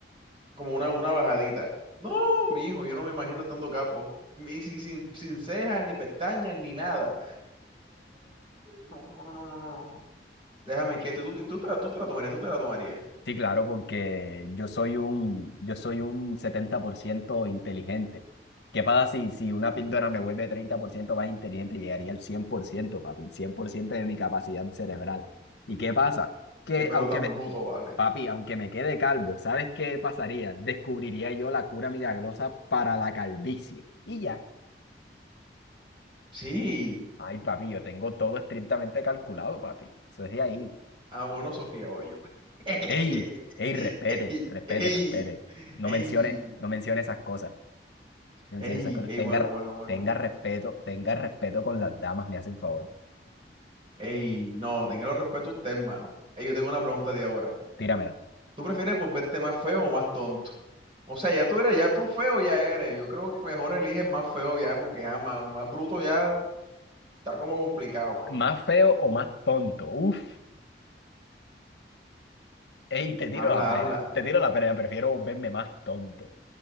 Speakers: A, on the right; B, on the left.
A: como una, una bajadita. No, mi hijo, yo no me imagino estando capo. Y sin, sin, sin cejas, ni pestañas, ni nada. No, no, no, no, no, no. no. Déjame quieto. Y tú, y tú te la, tú te la tomarías, tú te la tomarías.
B: Sí, claro, porque yo soy un, yo soy un 70% inteligente. ¿Qué pasa si, si una píldora me vuelve 30% más inteligente? Llegaría al 100%, papi, 100% de mi capacidad cerebral. ¿Y qué pasa? Que
A: Qué pelo
B: aunque
A: tan
B: me,
A: bruto, vale.
B: papi, aunque me quede calvo, ¿sabes qué pasaría? Descubriría yo la cura milagrosa para la calvicie. Y ya.
A: Sí.
B: Ay, papi, yo tengo todo estrictamente calculado, papi. Eso es de ahí.
A: Ah, bueno, Sofía Hoyo. <laughs> Ey,
B: Ey, ey, respete, respete,
A: ey,
B: respete. No
A: ey,
B: mencione, no mencione esas cosas. No
A: ey,
B: mencione esas cosas.
A: ey,
B: Tenga,
A: bueno, bueno, bueno,
B: tenga
A: bueno,
B: respeto,
A: bueno.
B: tenga respeto con las damas, me hace el favor.
A: Ey, no, tenga el respeto a usted, hermano. Ey, yo tengo una pregunta de ahora.
B: Tíramela.
A: ¿Tú prefieres volverte más feo o más tonto? O sea, ya tú eres, ya tú feo ya eres. Yo creo que mejor eliges más feo ya, porque ja, más, más bruto ya está como complicado, manico.
B: ¿Más feo o más tonto? Uf. Ey, te tiro
A: Habla,
B: la plena.
A: habla.
B: Te tiro la plena, prefiero verme más tonto.